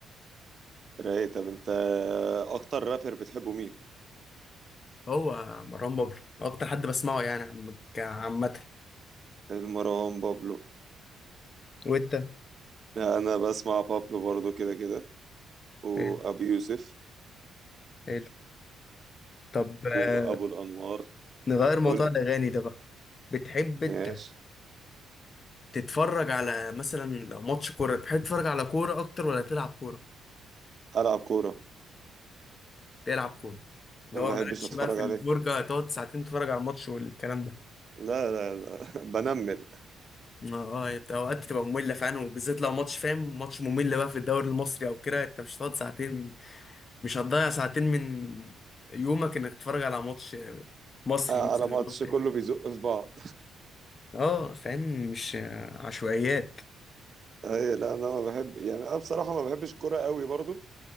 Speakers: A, on the right; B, on the left.
A: رايق طب انت اكتر رابر بتحبه مين
B: هو مروان بابلو اكتر حد بسمعه يعني عم- عامه
A: المروان بابلو
B: وانت
A: انا بسمع بابلو برضو كده كده وابو
B: حلو
A: يوسف
B: حلو طب آه،
A: وابو الانوار
B: نغير موضوع
A: قول لي
B: الاغاني ده بقى بتحب انت
A: ماشي
B: تتفرج على مثلا لو ماتش كوره بتحب تتفرج على كوره اكتر ولا تلعب كوره
A: العب كوره
B: تلعب كوره اللي
A: انا
B: هو
A: ما
B: مالكش
A: بحبش اتفرج
B: بقى في
A: عليه
B: الفرجه تقعد ساعتين تتفرج على الماتش والكلام ده
A: لا لا لا <laughs> بنمل
B: اه آه، بت- اوقات تبقى ممله فعلا وبالذات لو ماتش فاهم ماتش ممل بقى في الدوري المصري او كده انت مش هتقعد ساعتين مش هتضيع ساعتين من يومك انك تتفرج على ماتش مصري
A: آه،
B: مثلا
A: على ماتش
B: أو ماتش
A: كله بيزق في بعض
B: اه فاهم مش عشوائيات
A: اي لا انا ما بحب يعني انا بصراحه ما بحبش الكوره قوي برضو